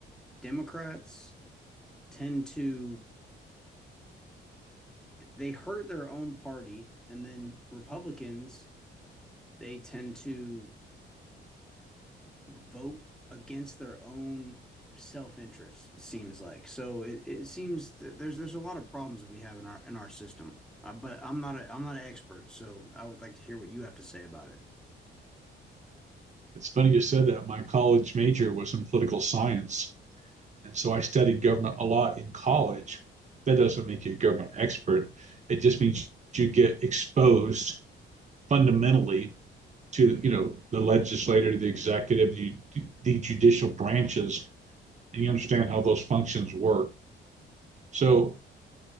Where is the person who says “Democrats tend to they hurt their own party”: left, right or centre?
Centre